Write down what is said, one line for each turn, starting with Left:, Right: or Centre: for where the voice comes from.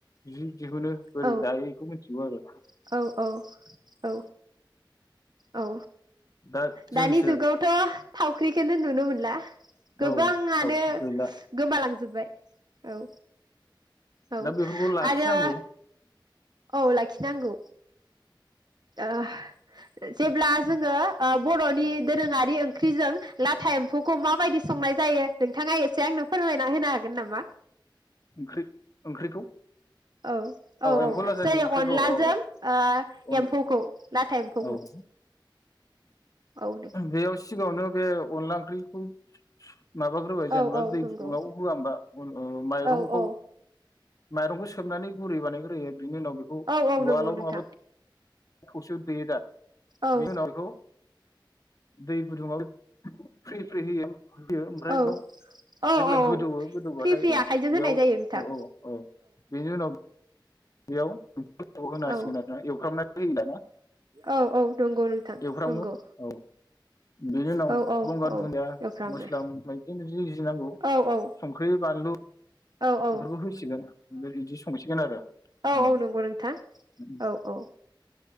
Left: जि दिहुनो बोरै
Right: औ
Left: दायो बेखौ मिथिगौ आरो
Right: औ औ औ औ
Left: दा जोंसो
Right: दानि जुगावथ' थावख्रिखौनो नुनो मोनला गोबाङानो
Left: औ औ गैला
Right: गोमालांजोब्बाय औ औ
Left: दा बेफोरखौ लाखिनांगौ
Right: आरो औ लाखि खिनांगौ ओ जेब्ला जोङो बर'नि दोरोङारि ओंख्रिजों लाथा एम्फौखौ मा बायदि संनाय जायो नोंथाङा एसे एसे आंनो फोरमायना होनो हागोन नामा?
Left: ओंख्रि ओंख्रिखौ
Right: औ औ औ
Left: एम्फौ लाथानि
Right: जेरै
Left: ओंख्रिखौ
Right: अनलाजों
Left: औ औ
Right: एम्फौखौ लाथा एम्फौखौ
Left: औ
Right: औ नों
Left: बेयाव सिगाङावनो बे अनला ओंख्रिखौ माबाग्रोबाय जेनेबा
Right: औ औ
Left: दै
Right: नंगौ
Left: गुदुंङाव होआ हबा माइरंखौ।
Right: औ औ
Left: माइरंखौ सोमनानै गुरै बानायग्रोयो । बिनि उनाव बेखौ
Right: औ औ
Left: उवालाव
Right: नंगौ नोंथां
Left: नङाबा थौसियाव देयोदा
Right: औ
Left: बेनि उनाव बेखौ दै गुदुङाबो फ्रि फ्रि होयो होयो ओमफ्राय
Right: औ
Left: बेयाव
Right: औ
Left: जेब्ला
Right: औ
Left: गोदौवो गोदौबाथाय
Right: फ्रि फ्रि
Left: औ
Right: आखाइजों
Left: बेयाव
Right: होनाय जायो नोंथां
Left: औ औ औ बेनि उनाव बेयाव होनांसिगोन
Right: औ
Left: आरो ना एवफ्रामना होयो दाना
Right: औ औ नंगौ नोंथां
Left: एवफ्रामो
Right: नंगौ
Left: औ बेनि उनाव
Right: औ औ
Left: गंगार
Right: औ
Left: दुनिया
Right: एवफ्रामो
Left: मस्ला बायदि <unintelligible> नांगौ
Right: औ औ
Left: संख्रि बानलु
Right: औ
Left: बेफोरखौ होसिगोन ओमफ्राय बिदि संसिगोन आरो।
Right: औऔ
Left: उम
Right: नंगौ नोंथां
Left: उम
Right: औ औ